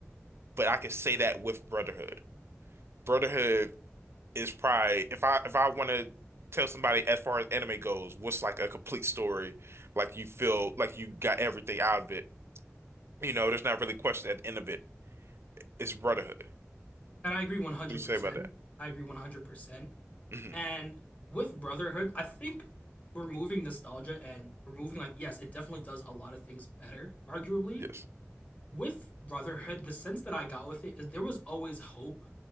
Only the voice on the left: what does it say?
and I agree 100%.
I agree 100%.
And with Brotherhood, I think removing nostalgia and removing like yes, it definitely does a lot of things better, arguably.
with Brotherhood, the sense that I got with it is there was always hope